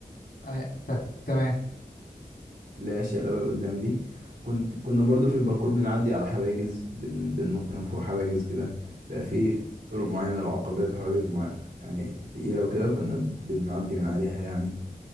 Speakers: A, on the left (about 70°); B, on the right (about 90°).
A: آه. ت- تمام
B: اللي هي الشقلبة لقدام دي وكنت كنا برضو في الباركور بنعدي على حواجز بن... بننط من فوق حواجز كده بقى في طرق معينة للعقبات وحواجز مع... يعني تقيلة وكده كنا بنعدي من عليها يعني